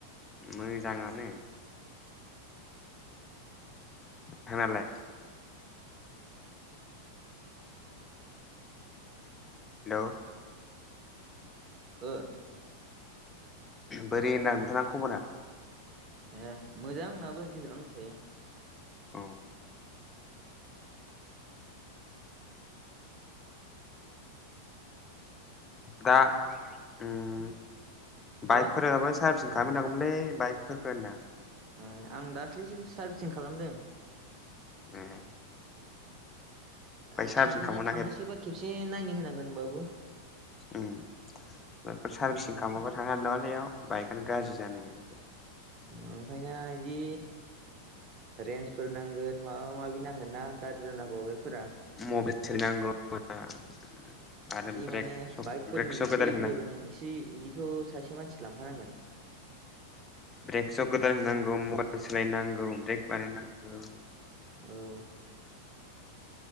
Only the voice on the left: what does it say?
मोजाङानो। थांयालाय। हेलौ।
बोरै होनदां नोंथाङा खबरा।
औ। दा ओम
बाइकफोराबो सारभिसिं। आहाबो नागौमोनलै बाइकफोरखो होनदां
ए बाइक
सार्भिसिं
खालाममोनाखै
ओं बेफोर सारभिसिं खालामाबा थांनो हानाय नङालै बेयाव बाइकआनो गाज्रि जानो नागिरो <unintelligible>
<unintelligible>
ब्रेक
सक
ब्रेक सक
गोदान होना
ब्रेकसौ गोदान होनांगौ मबाइल सोलायनांगौ ब्रेक बानायनांगौ